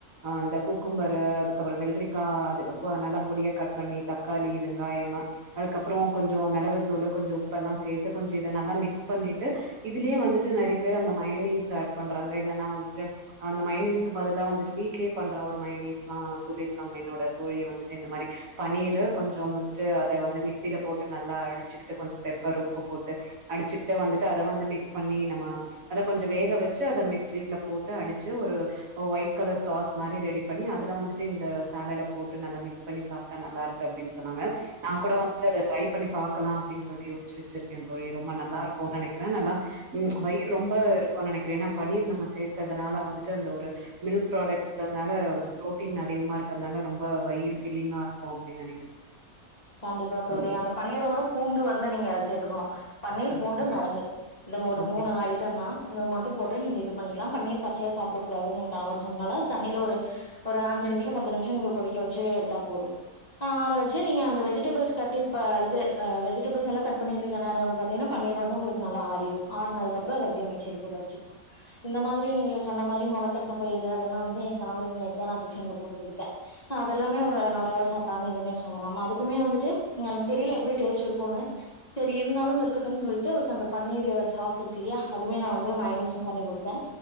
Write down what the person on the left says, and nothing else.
கண்டிப்பா தோழி அந்த பன்னீரோட பூண்டு வந்து நீங்க சேத்துக்கணு பன்னீர்
பூண்டு
மிளகு இந்த ஒரு
மூணு ஐட்டந்தா இத மட்டும் போட்டு நீங்க இது பண்ணிக்கலா பண்ணீர் பச்சயா சாப்ட கூடாதுன்னு கணவர் சொன்னால அது தண்ணியில ஒரு ஒரு அஞ்சு நிம்ஷோ பத்து நிம்ஷோ நீங்க கொதிக்க வச்சு எடுத்தா போது ஆற வச்சு நீங்க அந்த வெஜிடபிள்ஸ் கட்டு இப்போ இது வெஜிடபுள்ஸ் எல்லா கட் பண்ணிட்டு இருக்க நேரோ வந்து பாத்திங்கன்னா பன்னீர் வந்து உங்களுக்கு நல்ல ஆறிரு ஆறுனது குஅப்றம் அத அப்டியே மிக்சில போட்டுஅடிச்சிக்கலா இந்த மாதிரி நீங்க சொன்ன மாரி மொளக்கட்ன பயிரு அதெல்லா வந்து எ கணவருக்கு நேத்தா நா டிஃப்ன்ல போட்டு குடுத்த அதெல்லாமே ஒரு நல்ல ஒரு சத்தான இதுன்னே சொல்லலாமா அதுக் க்குமே வந்துட்டு எனக்கு தெரியில எப்டி டேஸ்ட் இருக்குனு செரி இருந்தாலு இருக்கட்டும்னு சொல்லிட்டு அவருக்கு அந்த பன்னீர் சாஸ் இருக்கு இல்லியா அதுமே நா வந்து மைனஸு பண்ணி கொடுத்தே